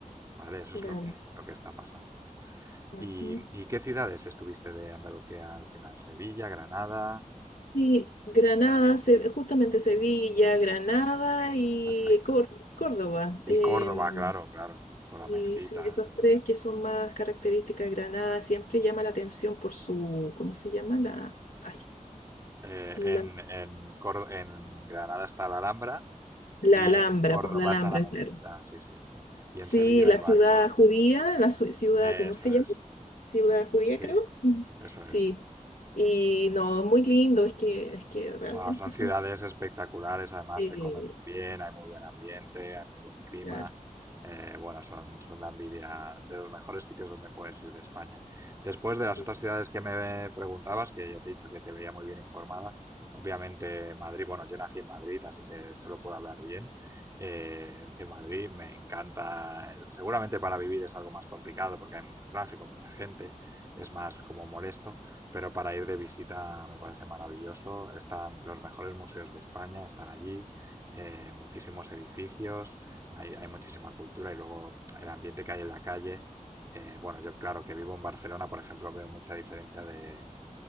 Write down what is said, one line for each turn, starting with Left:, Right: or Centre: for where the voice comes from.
Right: ¿vale? Eso
Left: claro.
Right: es lo que, lo que está pasando.
Left: ujú.
Right: ¿Y, y qué ciudades estuviste de Andalucía al final? ¿Sevilla, Granada?
Left: Sí, Granada, Se- justamente Sevilla, Granada y
Right: Perfecto.
Left: Cór- Córdoba.
Right: Y
Left: em,
Right: Córdoba, claro, claro, con la mezquita.
Left: Y sí, esos
Right: todo.
Left: tres que son más características de Granada, siempre llama la atención por su, ¿cómo se llama? La, ay,
Right: Eh,
Left: la,
Right: en, en, Córdo- en Granada está la Alhambra
Left: la
Right: y
Left: Alhambra,
Right: en Córdoba
Left: por la Alhambra,
Right: está la mezquita,
Left: claro.
Right: sí, sí. Y
Left: Sí,
Right: en Sevilla
Left: la
Right: hay varios.
Left: ciudad judía, la su- ciudad,
Right: Eso
Left: ¿cómo se llama?
Right: es,
Left: Ciudad judía,
Right: sí,
Left: creo. Mm.
Right: eso
Left: Sí.
Right: es.
Left: Y no, muy lindo, es que, es que realmente
Right: Ah, son
Left: son,
Right: ciudades espectaculares, además
Left: eh,
Right: se come muy bien, hay muy buen ambiente, hay muy buen clima.
Left: claro,
Right: eh, bueno, son, son la envidia de los mejores sitios donde puedes ir de España. Después de
Left: sí.
Right: las otras ciudades que me preguntabas, que ya te he dicho que te veía muy bien informada, obviamente Madrid, bueno, yo nací en Madrid, así que solo puedo hablar bien eh, de Madrid. Me encanta, seguramente para vivir es algo más complicado porque hay mucho tráfico, mucha gente, es más como molesto pero para ir de visita me parece maravilloso. Están los mejores museos de España, están allí, eh, muchísimos edificios, hay, hay muchísima cultura y luego el ambiente que hay en la calle. Eh, bueno, yo claro que vivo en Barcelona, por ejemplo, veo mucha diferencia de,